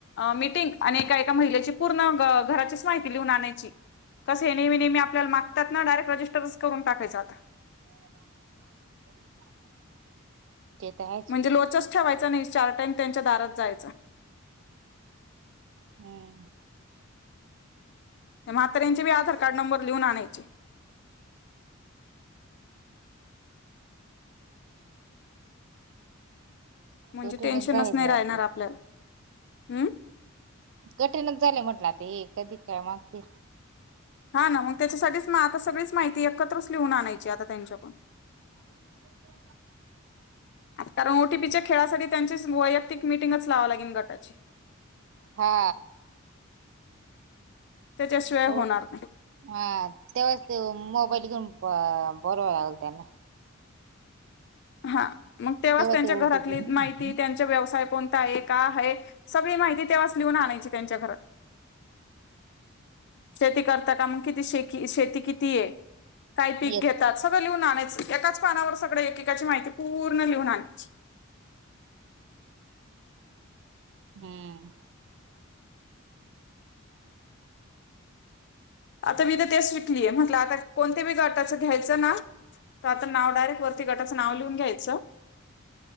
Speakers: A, on the left; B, on the right.
A: मिटिंग आणि ए महिलेची पूर्ण घ घराचीच माहिती लिहून आणायची. कस हे नेहमी नेहमी आपल्याला मागतात ना डायरेक्ट रजिस्टरच करून टाकायचा आता.
B: <inaudible> आहेच
A: म्हणजे लोचच ठेवायचा नाही चार टाइम त्यांच्या दारात जायच.
B: हम्म.
A: म्हाताऱ्यांंचे बी आधार कार्ड नंबर लिहून आणायचे. म्हणजे
B: कठीणच
A: टेन्शनच
B: झाले
A: नाही
B: ते
A: राहणार
B: आता
A: आपल्याला हम्.
B: कठीणच झाले म्हटलं आता हे कधी काय मागतील.
A: हा ना मग त्याच्यासाठीच म आता सगळीच माहिती एकत्रच लिहून आणायची आता त्यांच्याकडून.
B: <inaudible>
A: कारण ओटीपीच्या खेळासाठी त्यांची वैयक्तिक मिटिंगच लावं लागेल गटाची.
B: हा.
A: त्याच्याशिवाय
B: हो
A: होणार नाही.
B: हा तेव्हाच ते मोबाईल घेऊन बरवा <unintelligible> लाग त्या ना.
A: हा मग तेव्हाच
B: तेव्हा
A: त्यांच्या
B: ते
A: घरातली
B: ओटीपी
A: माहिती त्यांचा व्यवसाय कोणता आहे. सगळी माहिती तेव्हाच लिहून आणायची त्यांच्या घरात. शेती करता का मग किती शे शेती किती आहे, काय पीक
B: एक
A: घेतात सगळं लिहून एकाच पानावर सगळ एकेकाची माहिती पूर्ण लिहून आणायची.
B: हम्म
A: आता मी तर ते विकलीय म्हटलं आता कोणत बी गटाचं घ्यायचं ना तर आता नाव डायरेक्ट वरती गटाचं नाव लिहून घ्यायचं